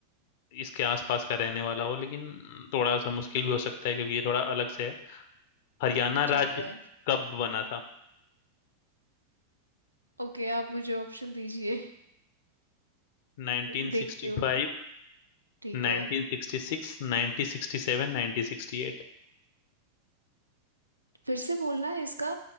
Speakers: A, on the left; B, on the right.
A: इसके आसपास का रहने वाला हो लेकिन थोड़ा सा मुश्किल भी हो सकता है क्योंकि ये थोड़ा अलग से है हरियाणा
B: ठीक
A: राज्य
B: है
A: कब बना था
B: ओके आप मुझे ऑप्शन दीजिए
A: 1965
B: <laughs> देखती हूँ ठीक
A: 1966
B: है
A: 1967 1968
B: फिर से बोलना है इसका